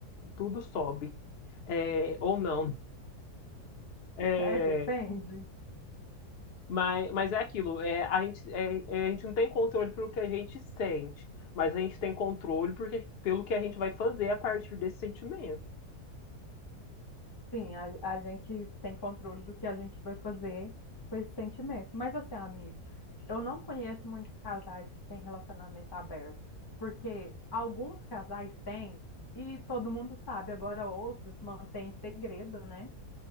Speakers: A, on the left (about 45°); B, on the left (about 30°).
A: Tudo sobe. É, ou não. É,
B: É, depende.
A: Mas, mas é aquilo, é, a gente, é, é, a gente não tem controle pelo que a gente sente, mas a gente tem controle porque, pelo que a gente vai fazer a partir desse sentimento.
B: Sim, a, a gente tem controle do que a gente vai fazer com esse sentimento. Mas assim, amigo, eu não conheço muitos casais que têm relacionamento aberto, porque alguns casais têm e todo mundo sabe, agora outros mantêm segredo, né?